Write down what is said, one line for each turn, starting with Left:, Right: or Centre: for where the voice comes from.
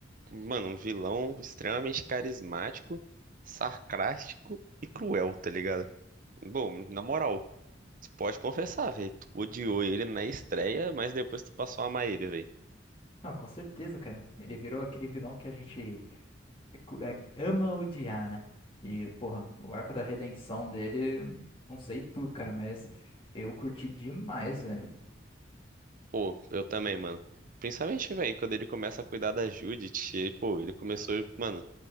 Right: mano, um vilão extremamente carismático, sarcástico e cruel, tá ligado? Bom, na moral, tu pode confessar, velho, tu odiou ele na estreia, mas depois tu passou a amar ele, velho.
Left: Não, com certeza, cara. Ele virou aquele vilão que a gente é cu- é- ama odiar, né? E, porra, o arco da redenção dele, não sei tu, cara, mas eu curti demais, velho.
Right: Pô, eu também, mano. Principalmente, velho, quando ele começa a cuidar da Judith, e, pô, ele começou, mano,